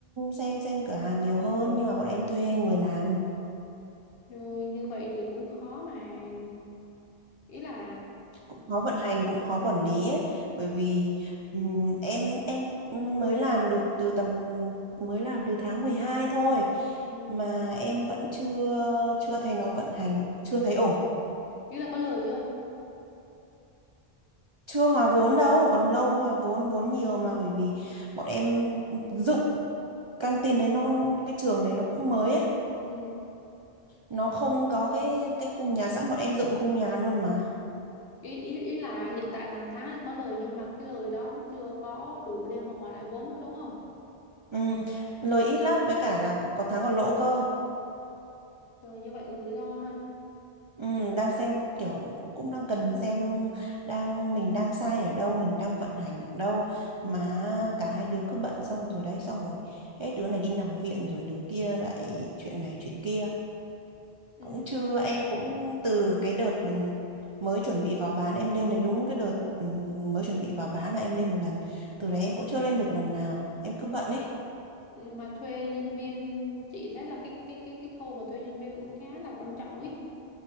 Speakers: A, on the right (about 45°); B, on the left (about 70°).
A: xem xem cửa hàng nhiều hơn nhưng mà bọn em thuê người làm
B: Rồi như vậy thì cũng khó mà ý là
A: khó vận hành cũng khó quản lý ấy bởi vì ừm, em em mới làm được từ tầm mới làm từ tháng 12 thôi
B: Ừ.
A: mà em vẫn chưa chưa thấy nó vận hành chưa thấy ổn
B: ý là có lời chưa?
A: chưa hòa vốn đâu còn lâu mới hòa vốn vốn nhiều mà bởi vì bọn em dựng căng tin đấy nó cái trường đấy nó cũng mới ấy
B: Ừ.
A: nó không có cái cái khung nhà sẵn bọn em dựng khung nhà luôn mà
B: Ý, ý ý là hiện tại là hàng tháng là có lời nhưng mà cái lời đó nó chưa có đủ để mà hoàn lại vốn thôi đúng không?
A: Ừm, lời ít lắm với cả là có tháng còn lỗ cơ
B: Trời như vậy cũng rủi ro ha.
A: Ừ, đang xem kiểu cũng đang cần xem đang mình đang sai ở đâu mình đang vận hành ở đâu mà cả hai đứa cứ bận xong rồi đấy xong rồi hết đứa này đi nằm viện rồi đứa kia lại chuyện này chuyện kia
B: Ừ.
A: cũng chưa em cũng từ cái đợt ừ, mới chuẩn bị vào bán em lên đấy đúng cái đợt ừ, mới chuẩn bị vào bán là em lên một lần từ đấy em cũng chưa lên được lần nào em cứ bận ấy
B: Mà thuê nhân viên chị thấy là cái cái cái cái khâu mà thuê nhân viên cũng khá là quan trọng ý.